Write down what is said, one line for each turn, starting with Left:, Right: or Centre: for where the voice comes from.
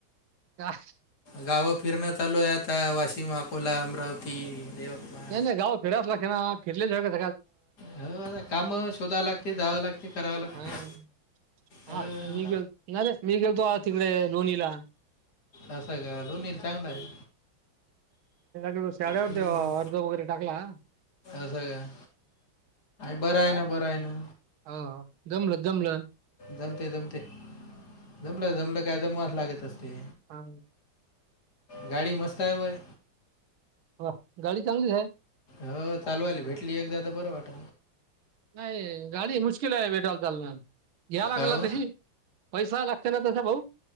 Right: का
Left: गावं फिरण्यात चालू आहे आता वाशिम अकोला अमरावती यवतमाळ
Right: नाही नाही गाव फिरायला की ना फिरल्या शवाग
Left: हो आ काम शोधाव लागते जावं लागते कराव लागते
Right: हां. हा
Left: हो,
Right: मी गेलो नाही रे मी गेलतो तिकडे लोणीला
Left: असं कालो नल चांगलं आहे
Right: ग शाळेवरती
Left: हम्म,
Right: अर्ध वगैरे टाकला
Left: असं का बरं आहे ना बरं आहे ना
Right: हो जमलं जमलं
Left: जमते जमते जमलं जमलं काय जमवास लागत असते
Right: हम
Left: गाडी मस्त आहे भाय
Right: ह गाडी चांगलीच आहे
Left: हो चालू आली भेटली एकदा तर बरं वाट
Right: नाही गाडी मुश्किल आहे वेटायला चालणार घ्या लागल
Left: का हो
Right: ना तशी पैसा ला ना तसा भाऊ